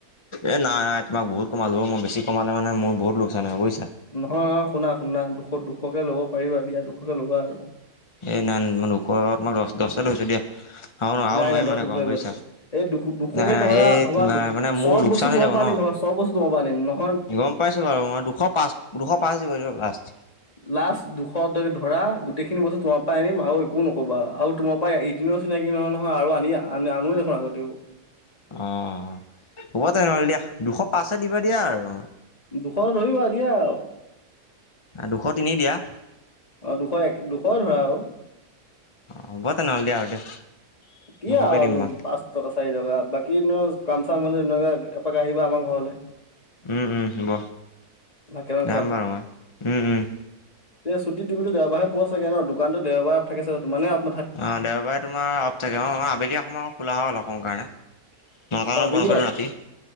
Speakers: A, on the left; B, on the left.
A: এ নাই নাই তোমাক বহুত কমালো মই বেছি কমালে মানে মোৰ বহুত লোকচান হয় বুজিছো।
B: নহয় নহয় শুনা শুনা দুশ দুশকে লব পাৰিবা এ দিয়া দুশকে ল'বা আৰু
A: এ নাই ন ম ওখ মই দহ দহ কে লৈছো দিয়া আৰু আৰু
B: নাই
A: নোৱাৰিম
B: নাই দহশ
A: মানে কমাব
B: ধৰিব
A: বুজিছা।
B: এই দু দুশকে
A: নাই নাই
B: ধৰা
A: এই
B: ভবা
A: তোমাৰ মানে মোৰ
B: চব
A: লোকচান
B: বস্তু তোমাৰ
A: হৈ যাব
B: পৰা
A: ন।
B: আনি ধবা চব বস্তু 'ব নে ন
A: গম পাইছো বাৰু মই দুশ পাঁচ দুশ পাঁচ দিব দিয়িব লাষ্ট
B: লাষ্ট দুশটকে ধৰা গোটেইখিনি বস্তু তোমাৰ পৰাই আনিম আৰু একো নকবা আৰু তোমাৰ পৰা এদিন চিনাকি নহয় নহয় আৰু আনিয়া আ আনোৱে দেখোন আগতেও
A: অ হ'ব তেনেহ'লে দিয়া দুশ পাঁচ দিবা দিয়া আৰু
B: দুশ ধৰিবা দিয়া আৰু
A: দুশ তিনি দিয়া
B: আহ দুশ এক দুশ ধৰা আৰু
A: হ'ব তেনেহ'লে দিয়া আৰু দিয়া
B: কি
A: দুশকে
B: আৰু
A: দিম মই
B: পাঁচ টকা চাৰি টকা বাকী ন কাম চাম হলে একে এপাক আহিবা আমাৰ ঘৰলে
A: উম উম হ'ব
B: ভাত কেইটামান
A: যাম পাৰা উম উম
B: এই ছুটি তুমি দেওবাৰাৰে পোৱা চাগে ন দোকানো দেওবাৰে থাকে তানে
A: অ দেওবাৰে তোমাৰ অফ থাকে অ। আবেলি এ সময় খোলা হয় অলপ সময়ৰ কাৰণে। নটামান
B: আবেলি
A: বন্ধ কৰি দিও ৰাতি।